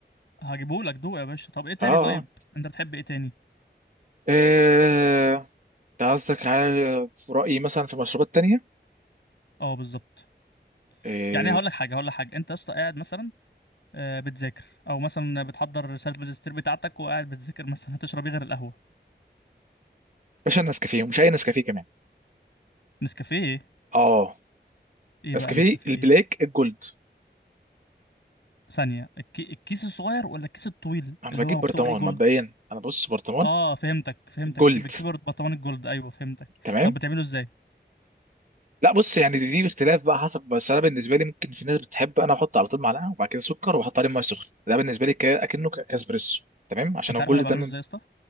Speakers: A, on the left (about 70°); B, on the right (about 45°).
A: هجيبه لك دوق يا باشا طب ايه تاني
B: اه
A: طيب
B: اه
A: انت بتحب ايه تاني
B: آه، انت قصدك على في رأيي مثلا في مشروبات تانية
A: اه بالظبط
B: آه،
A: يعني هقول لك حاجه هقول لك حاجه انت يا اسطى قاعد مثلا آه، بتذاكر او مثلا بتحضر رساله ماجستير بتاعتك وقاعد بتذاكر مثلا هتشرب ايه غير القهوه
B: باشا النسكافيه ومش أي نسكافيه كمان
A: نسكافيه ايه
B: اه
A: إيه بقى
B: نسكافيه
A: النسكافيه
B: البلاك
A: ايه
B: الجولد
A: ثانيه الكي... الكيس الصغير ولا الكيس الطويل
B: أنا
A: اللي
B: بجيب
A: هو مكتوب
B: برطمان
A: عليه جولد
B: مبدئيا أنا بص برطمان
A: اه فهمتك فهمتك
B: الجولد
A: بتكبر برطمان الجولد ايوه فهمتك
B: تمام
A: طب بتعمله ازاي
B: لا بص يعني دي, دي اختلاف بقى حسب بس أنا بالنسبة لي ممكن في ناس بتحب أنا أحط على طول معلقة وبعد كده سكر وأحط عليه مية سخنة ده بالنسبة لي كا- أكنه كا- كاسبريسو تمام عشان
A: انت
B: الجولد
A: عارف انا بعمله
B: ده من
A: ازاي يا اسطى